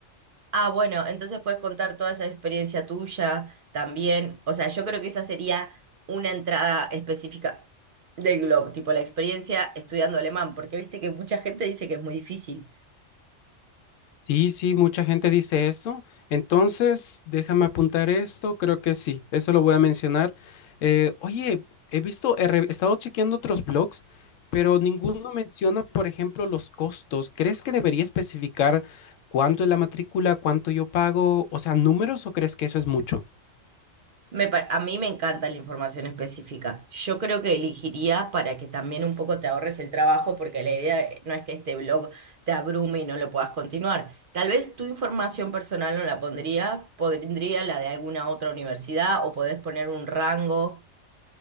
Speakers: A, on the right; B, on the left.
A: Ah, bueno, entonces puedes contar toda esa experiencia tuya también. O sea, yo creo que esa sería una entrada específica del Globo, tipo la experiencia estudiando alemán, porque viste que mucha gente dice que es muy difícil.
B: Sí, sí, mucha gente dice eso. Entonces, déjame apuntar esto, creo que sí, eso lo voy a mencionar. Eh, oye, he visto, he, re- he estado chequeando otros blogs, pero ninguno menciona, por ejemplo, los costos. ¿Crees que debería especificar cuánto es la matrícula, cuánto yo pago? O sea, números o crees que eso es mucho?
A: Me pa- a mí me encanta la información específica. Yo creo que elegiría para que también un poco te ahorres el trabajo, porque la idea eh, no es que este blog te abrume y no lo puedas continuar. Tal vez tu información personal no la pondría, pondría la de alguna otra universidad o podés poner un rango.